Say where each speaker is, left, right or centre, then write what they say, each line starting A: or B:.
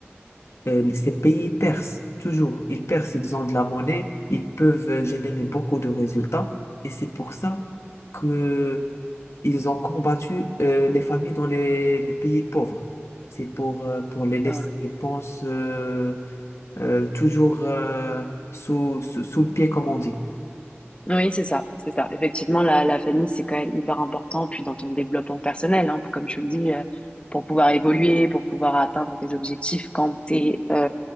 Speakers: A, on the left (about 85°); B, on the left (about 25°).
A: euh,
B: ouais,
A: ces pays percent, toujours. Ils percent, ils ont de la monnaie, ils peuvent euh, générer beaucoup de résultats. Et c'est pour ça que ils ont combattu euh, les familles dans les, les pays pauvres. C'est pour, euh, pour les laisser,
B: c'est vrai.
A: je pense, euh, euh, toujours euh, sous, sous, sous le pied, comme on dit.
B: Oui, c'est ça, c'est ça. Effectivement, la, la famille, c'est quand même hyper important, puis dans ton développement personnel, hein, pour, comme tu le dis, euh, pour pouvoir évoluer, pour pouvoir atteindre tes objectifs, quand t'es es